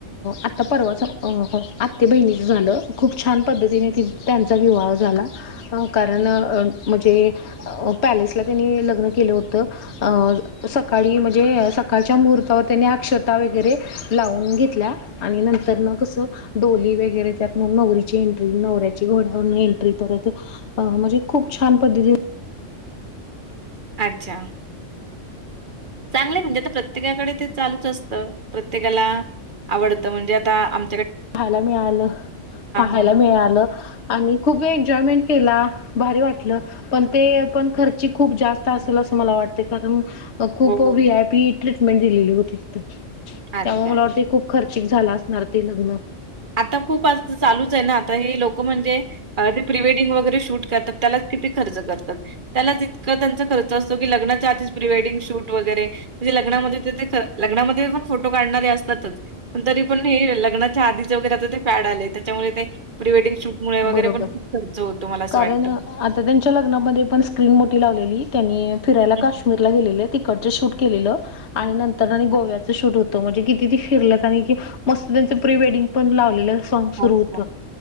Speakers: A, on the left; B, on the right.
A: आत्ता परवाचं आत्ते बहिणीचं झालं खूप छान पद्धतीने ती त्यांचा विवाह झाला. कारण म्हणजे पॅलेसला त्यांनी लग्न केलं होतं अ सकाळी म्ह जे सकाळच्या मुहूर्तावर त्यांनी अक्षता वगैरे लावून घेतल्या आणि नंतर कसं डोली वगैरे त्यातन नवरीची एंट्री नवऱ्याची घोड्यावर एंट्री परत अ म्हणजे खूप छान पद्धती
B: अच्छा चांगलं म्हणजे आता प्रत्येकाकडे ते चालूच असतं प्रत्येकाला आडतं म्हणजे आता आम
A: पाहायला मिळालं पाहायला
B: हां.
A: मिळालं आणि खूप एन्जॉयमेंट केला भारी वाटलं पण ते पण खर्ची खूप जास्त असेल असं मला वाटते कारण खूप
B: हो,
A: व्ही
B: हो.
A: आय पी ट्रीटमेंट दिलेली होती तिथ....
B: अच्छा.
A: त्यामुळे मला वाटते खूप खर्चिक झाला असणार ते लग्न.
B: आता खूप आज चालूच आहे. ना आता हे लोक म्हणजे ते प्रीवेडिंग वगैरे शूट करतात त्यालाच किती खर्च करतात त्यालाच इतकं त्यांचा खर्च असतो. की लग्नाच्या आधीच प्रीवेडिंग शूट वगैरे म्हणजे लग्नामध्ये ते लग्नामध्ये पण फोटो काढणारे असतातच. पण तरी पण हे लग्नाच्या आधी वगैर ते फॅड आले त्याच्यामुळे ते प्रीवेडिंग शूट मु वगैरे
A: बरोबर
B: पण खूप खर्च होतो. मला असं
A: कारण
B: वाटतं
A: आता त्यांच्या लग्नामध्ये पण स्क्रीन मोठी लावलेली त्यांनी फिरायला
B: हं, हं.
A: काश्मीरला गेलेले. तिकडचं शूट केलेलं आणि नंतर
B: अच्छा.
A: आणि गोव्याचं शूट होत म्हणजे किती त फिरल्यात आणि की मस्त त्यांचं प्री वेडिंग पण लावलेलं सॉग सुरु
B: अच्छा.
A: होत.